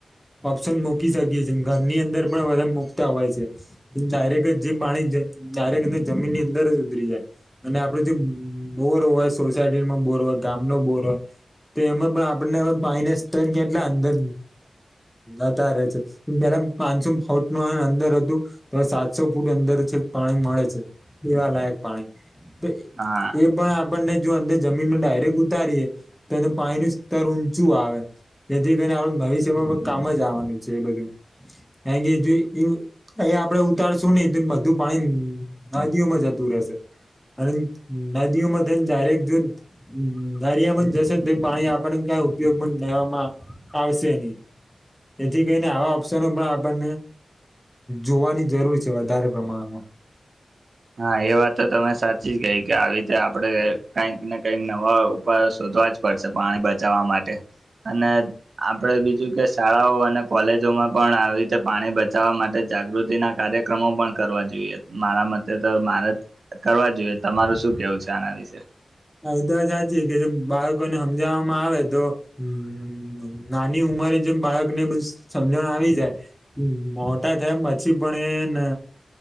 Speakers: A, in the centre; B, on the right (about 65°).
A: ઓપ્શન મૂકી શકીએ છીએ ઘરની અંદર પણ બધા મૂકતા હોય છે. ડાયરેક્ટ જે પાણી જ ડાયરેક્ટ જમીનની અંદર જ ઉતરી જાય અને આપડે જે બોર હોય સોસાયટી નો બોર હોય ગામ નો બોર હોય તો એમાં પણ આપને ફાઈને સ્તર કેટલા અંદર અતારે છે પેલા પાનસો ફુટ નુ અંદર હતું. તો સાતસો ફૂટ અંદર છેક પાણી મળે છે પીવા લાયક પાણી તો
B: હા
A: એ પણ આપણને જો અંદર જમીન ડાયરેક્ટ ઉતારીએ તો અ પાણીનું સ્તર ઊંચું આવે જેથી કરીને આપ ભવિષ્યમાં કામ જ આવવાનું છે એ બધું કારકે જે એ એ આપડે ઉતારશું નહીં તો બધું પાણી નદીઓમાં જતું રહેશે અને નદીઓ મા થઈન ડાયરેક્ટ જો દરિયામાં જશે તો પાણી આપણને કોઈ ઉપયોગમાં લેવામાં આવશે ની જેથી કરીને આવા ઓપ્શનો પણ આપણને જોવાની જરૂર છે વધારે પ્રમાણમાં.
B: હા એ વાત તો તમે સાચી જ કહી કે આવી રીતે આપડે કઈકને કઈક નવા ઉપાયો શોધવા જ પડશે પાણી બચાવવા માટે અને આપણે બીજું કે શાળાઓ અને કોલેજોમાં પણ આવી રીતે પાણી બચાવવા માટે જાગૃતિ ના કાર્ય ક્રમો પણ કરવા જોઈએ મારા મ તે તો મારેત કરવા જોઈએ તમારું શું કેવું છે આના વિશે.
A: હા એ તો હાચી કે જે બાળકોને હમજાવામાં આવે તો <unintelligible> નાની ઉંમરે જે બાળકને બ સમજણ આવી જાય મોટા થયા પછી પણ એન